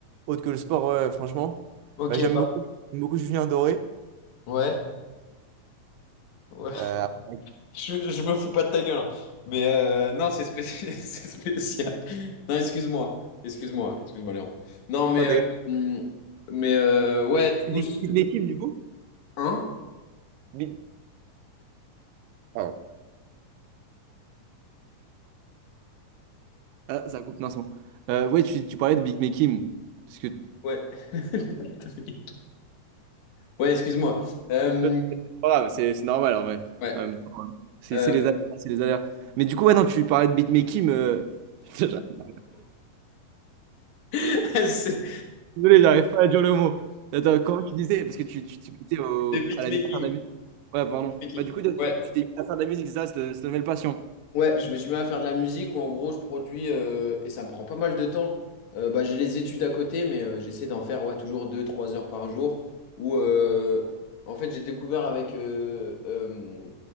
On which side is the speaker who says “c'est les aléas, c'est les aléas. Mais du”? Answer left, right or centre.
Right